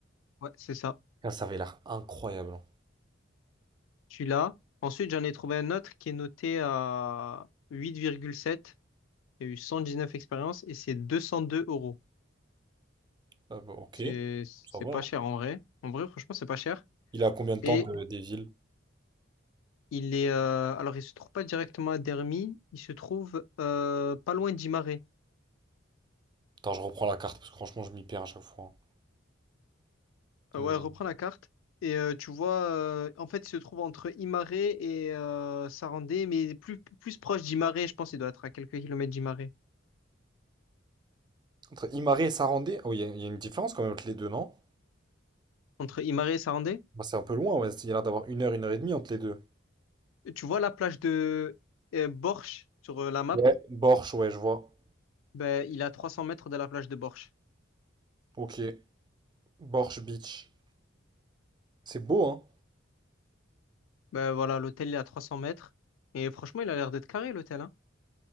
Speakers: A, on the left; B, on the right.
A: Ouais, c'est ça.
B: Ah, ça avait l'air incroyable.
A: Celui-là. Ensuite, j'en ai trouvé un autre qui est noté à 8,7. Il y a eu 119 expériences et c'est 202 euros.
B: Ah bah, ok,
A: C'est,
B: ça
A: c'est
B: va.
A: pas
B: hein.
A: cher en vrai. En vrai, franchement, c'est pas cher.
B: Il est à combien de
A: Et
B: temps de- des villes?
A: il est, euh, alors, il se trouve pas directement à Dermy. Il se trouve euh, pas loin d'Imaré.
B: Attends, je reprends la carte parce que franchement, je m'y perds à chaque fois. hein.
A: Euh, ouais,
B: Mais-
A: reprends la carte. Et euh, tu vois, euh, en fait, il se trouve entre Imaré et euh, Sarandé, mais plus, plus proche d'Imaré, je pense qu'il doit être à quelques kilomètres d'Imaré.
B: Entre Imare et Sarandé, oh, il y, a il y a une différence quand même entre les deux, non?
A: Entre Imaré et Sarandé?
B: Bah, c'est un peu loin, ouais. Il y a l'air d'avoir une heure, une heure et demie entre les deux.
A: Tu vois la plage de euh, Borch sur euh, la map?
B: Ouais. Borch, ouais, je vois.
A: Ben, il est à 300 mètres de la plage de Borch.
B: Ok. Borch Beach. C'est beau, hein?
A: Ben voilà, l'hôtel il est à 300 mètres. Et franchement, il a l'air d'être carré l'hôtel, hein.